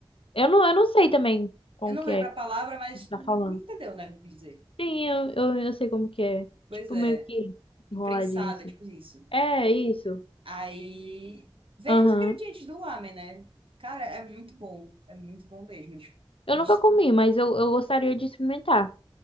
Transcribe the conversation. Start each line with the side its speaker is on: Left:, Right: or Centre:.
Left: Eu não, eu não sei também como
Right: Eu não
Left: que
Right: lembro
Left: é que
Right: a palavra, mas
Left: você tá
Right: entendeu,
Left: falando.
Right: né, o que eu quis dizer.
Left: Sim, eu, eu, eu sei como que é.
Right: Pois
Left: Tipo,
Right: é,
Left: meio que
Right: imprensada,
Left: enroladinho assim.
Right: tipo isso.
Left: É, isso.
Right: Aí vem
Left: Aham.
Right: os ingredientes do lamen, né? Cara, é muito bom, é muito bom mesmo. Eles,
Left: Eu
Right: eles-
Left: nunca comi, mas eu, eu gostaria de experimentar.